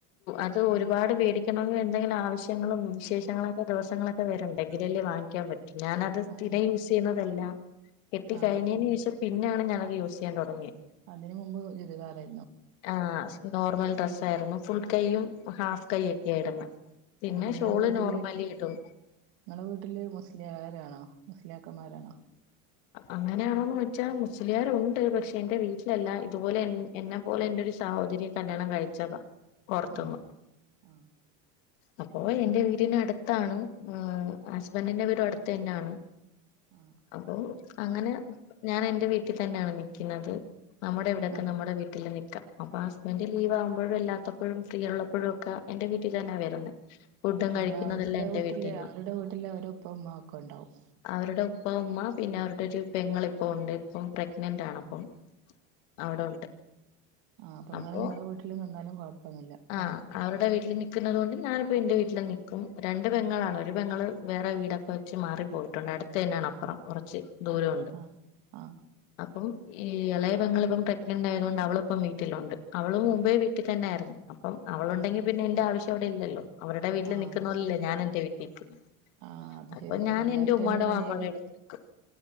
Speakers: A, on the left; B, on the right.
A: അത് ഒരുപാട് പേടിക്കണമെങ്കിൽ എന്തെങ്കിലും ആവശ്യങ്ങളും വിശേഷങ്ങളോ ദിവസങ്ങളൊക്കെ വരുണ്ടെ. എങ്കിലല്ലേ വാങ്ങിക്കാൻ പറ്റു. ഞാാന അത് സ്ഥിരം
B: ആഹ്
A: യൂസ് ചെയുണതല്ല. കെട്ടി
B: ആഹ്
A: കഴിഞ്ഞതിന് ശിേഷം പിന്നെയാണ് ഞാനത് യൂസ് ചെയ്യാൻ തുടങ്ങിയ.
B: അതിനന് മുമ്പ് ചുരിദാറേ
A: ആ. നോർമൽ ഡ്രസ് ആയിരുന്നു ഫുൾ കൈയും ഹാഫ് കൈ ഒക്കെ ആയിരുന്നു. പിന്നെ
B: നിങ്ങളടെ
A: ഷോള്
B: വീട്ടില്,
A: നോർമലി ഇടും
B: നിങ്ങളടെ വീട്ടില് മുസ്ലി ആണോ, മുസ്ലിയാക്കന്മാരാണോ?
A: അങ്ങനെയണോന്ന് ചോയ്ച്ചാൽ മുസ്ലിയാരുണ്ട്. പക്ഷെ എന്റെ വീട്ടിലല്ല. ഇതുപോലെ എന്നെ പോലെ എന്റെ ഒരു സഹോദര്യ കല്യാണം കഴിച്ചതാ, പൊറുത്തുന്നു.
B: ആഹ് ആഹ്
A: അപ്പൊ എറെ വീടിനടുത്താണ്. ഹസ്ബൻഡിന്റെ വീടും അടുത്ത് തന്നെയാണ്.
B: ആഹ്
A: അപ്പൊ അങ്ങനെ ഞാൻ എന്റെ വീട്ടി വീട്ടി തന്നെയാണ് നിക്കുന്നത്. നമ്മുടെ ഇവിടൊക്കെ
B: ആഹ്
A: നമ്മുടെ വീട്ടിൽ നിക്കാം. എന്റെ ലീവ് ആവുമ്പോഴും അ ല്ലാത്തപ്പോഴും ഫ്രീ ഉള്ളപ്പോഴും ഒക്കെ എന്റെ വീട്ടിൽ തന്നെയാ വരുന്നത്. ഫുഡും കഴിക്കുന്നതെല്ലാം
B: അപ്പൊ അവരുടെ
A: എന്റെ
B: വീട്ടില്
A: വീട്ടിന്ന.
B: അവരുടെ വീട്ടില് അവരെ ഉപ്പ ഉമ്മ ഒക്കെ ഉണ്ടാവും
A: <unintelligible> ഉപ്പ, ഉമ്മ, പിന്നെ അവരുടെ ഒരു പെങ്ങ ഇപ്പഉണ്ട്, ഇപ്പം പ്രഗ്നന്റ് ആണിപ്പം. അവിടെ ഉണ്ട്.
B: ആ അപ്പൊ നിങ്ങള്
A: അപ്പോ
B: നിങ്ങളെ വീട്ടിലു നിന്നാലും കൊഴപ്പൊന്നുല്ല
A: ആഹ്
B: ലെ?
A: അവരുടെ <inaudible> ഞാനിപ്പോ എന്റെ വീട്ടില് നിൽക്കും. രണ്ട് പെങ്ങളാണ്. ഒരു പെങ്ങൾ വേറെ വീടൊക്കെ വെച്ച് മാറിപ്പോയിട്ടുണ്ട്. അടുത്ത് തന്നെ ആണ്. അപ്പുറം, കുറച്ചു ദൂരണ്ട്.
B: ആഹ് ആഹ് ആഹ്
A: അപ്പോം ഈ ഇളയ പെങ്ങളിപ്പോ പ്രഗ്നന്റ് ആയതുകൊണ്ട് അവളിപ്പം വീട്ടിലുണ്ട്. അവൾ മുമ്പേ വീട്ടിൽ തന്നെ ആയിരുന്നു. അപ്പം അവളുണ്ടെങ്കി പിന്നെ എന്റെ ആവശ്യം അവിടെല്ലല്ലോ. അവരുടെ വീട്ടിൽ
B: ആഹ്
A: നിക്കുന്ന
B: അത്
A: പോലല്ലേ
B: ശരിയാ
A: ഞാൻ എന്റെ വീട്ടിൽ നിക്കുന്നെ.
B: ആഹ് അത്
A: അപ്പൊ
B: ശരിയാ
A: ഞാൻ
B: ജ്യേഷ്ഠനും
A: എന്റെ ഉമ്മടേം
B: അനിയനും
A: ബാപ്പടേം അടുത്തുനിക്കും.